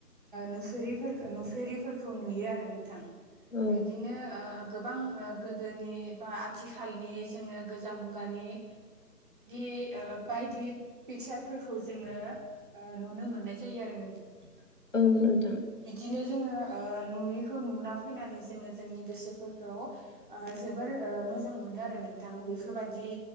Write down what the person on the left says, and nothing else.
औ
औ नोंथां